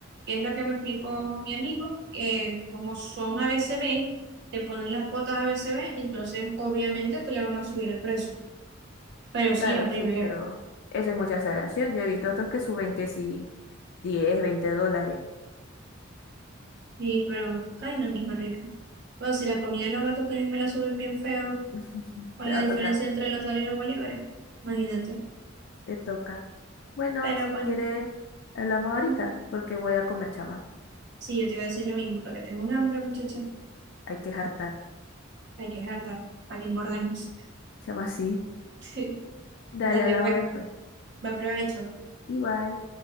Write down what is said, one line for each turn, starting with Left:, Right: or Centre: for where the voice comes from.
Right: que es lo que me explicó mi amigo, que como son A B C B, te ponen las cuotas A B, C B, entonces obviamente te le van a subir el precio. Pero sí,
Left: Claro,
Right: horrible.
Left: sí, pero eso es mucha exageración. Yo he visto otros que suben que sí, 10 20 dólares.
Right: Y pero, ay no, mijo, horrible. Pues si la comida de los gatos también me la suben bien feo,
Left: <laughs>
Right: con
Left: Te
Right: la
Left: va
Right: diferencia
Left: a tocar.
Right: entre los dólares y los bolívares, imagínate.
Left: Te toca. Bueno,
Right: Pero
Left: si
Right: bueno,
Left: quieres, hablamos ahorita,
Right: mm,
Left: porque voy a comer, chama.
Right: sí, yo te iba a decir lo mismo, porque tengo un hambre, muchacha.
Left: Hay que hartar.
Right: Hay que jartar, para que engordemos.
Left: Chama, <laughs> sí.
Right: <laughs>
Left: Dale,
Right: Dale,
Left: hablamos
Right: pues,
Left: después.
Right: buen provecho.
Left: Igual.